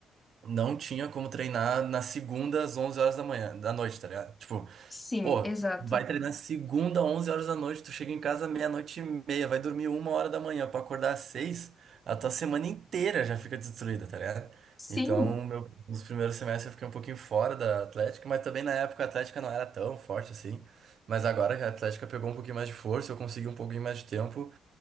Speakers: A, on the right (about 60°); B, on the left (about 20°).
A: não tinha como treinar na segunda às 11 horas da manhã, da noite, tá ligado? Tipo,
B: Sim,
A: Pô,
B: exato.
A: vai treinar segunda, 11 horas da noite, tu chega em casa meia-noite e meia, vai dormir uma hora da manhã pra acordar às seis, a tua semana inteira já fica destruída, tá ligado?
B: Sim!
A: Então, meu, nos primeiros semestres eu fiquei um pouquinho fora da Atlética, mas também na época a Atlética não era tão forte assim. Mas agora que a Atlética pegou um pouquinho mais de força, eu consegui um pouquinho mais de tempo,